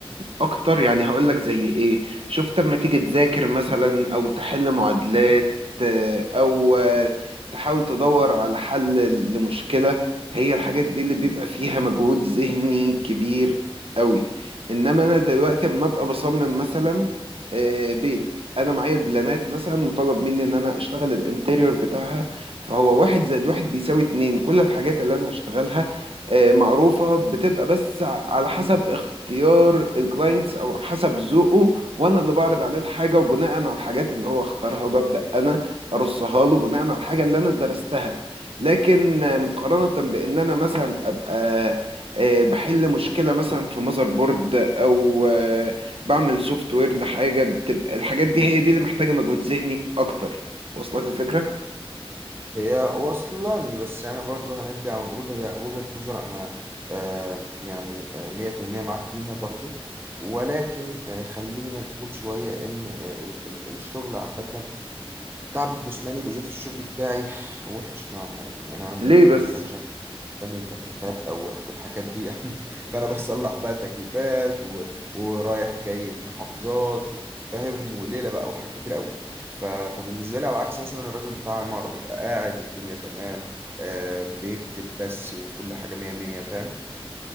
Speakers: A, on the right; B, on the right.
A: اكتر يعني هقول لك زي ايه شفت اما تيجي تذاكر مثلا او تحل معادلات آه، او آه، تحاول تدور على حل لمشكلة هي الحاجات دي اللي بيبقى فيها مجهود ذهني كبير قوي انما انا دلوقتي اما ابقى بصمم مثلا آه، بيت انا معايا البلانات مثلا مطالب مني ان انا اشتغل الانتيريور بتاعها فهو واحد زائد واحد بيساوي اتنين كل الحاجات اللي انا هشتغلها آه، معروفة بتبقى بس ع- على حسب اختيار الكلاينتس او حسب ذوقه وانا اللي بعرض عليه الحاجة وبناء على الحاجات اللي هو اختارها وببدأ انا ارصها له بناء على الحاجة اللي انا درستها لكن آه، مقارنة بان انا مثلا ابقى آه، بحل مشكلة مثلا في ماذر بورد او آه، بعمل سوفت وير لحاجة بتبقى الحاجات دي هي دي اللي محتاجة مجهود ذهني اكتر وصلك الفكرة؟
B: هي وصلاني بس انا برضو هنرجع ونقول هي وجهه نظر انا آه، يعني آه، 100% معاك فيها برضو ولكن آه، خلينا نقول شويه ان آه، ال ال الشغل عامه التعب الجسماني وبالذات في الشغل بتاعي وحش نوعا ما يعني انا
A: ليه
B: زي ما قلت
A: بس؟
B: لك انا يعني تكييفات او والحاجات دي يعني <laughs> فانا بصلح بقى تكييفات و... ورايح جاي في محافظات و... فاهم وليله بقى وحاجات كتير قوي ف... فبالنسبه لي على عكس مثلا الراجل بتاع عماره بيبقى قاعد والدنيا تمام آم، بيكتب بس وكل حاجه مية مية فاهم